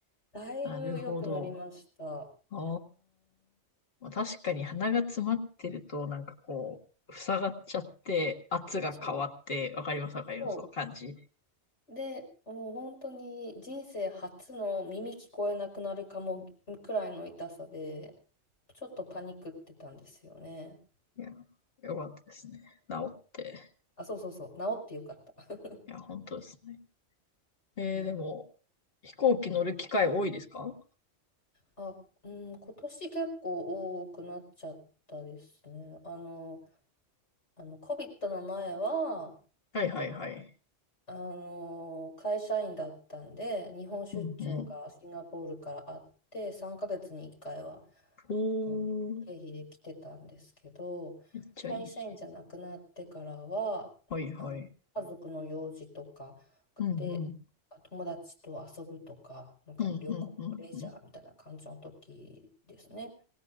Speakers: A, on the left; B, on the left.
A: だいぶ良くなりました。
B: なるほど。ああ、まあ、確かに鼻が詰まってると、
A: うん
B: なんかこう、塞がっちゃって、圧が変わって、
A: そう、
B: わかりますわかります、
A: そ
B: その感じ。
A: う。で、もう本当に人生初の耳聞こえなくなるかもくらいの痛さで、ちょっとパニックってたんですよね。
B: いや、よかったですね。治って。
A: あ、そうそうそう、治ってよかった。<laughs>
B: いや、本当ですね。えー、
A: いや、
B: でも、飛行機乗る機会多いですか
A: あ、うん、今年結構多くなっちゃったですね。あの、あの、COVID の前は、
B: はいはいはい。
A: あの、会社員だったんで、日本出張がシンガポールからあって、
B: うんうん。
A: 3ヶ月に1回は、
B: お
A: あの経費で来てたんですけど、
B: ー、めっちゃいい。
A: 会社員じゃなくなってからは、
B: はいはい。
A: あの、家族の用事とか
B: うんうん。
A: で、友達と遊ぶとか、なんか旅行、
B: うんうんうんうん。
A: レジャーみたいな感じの時ですね。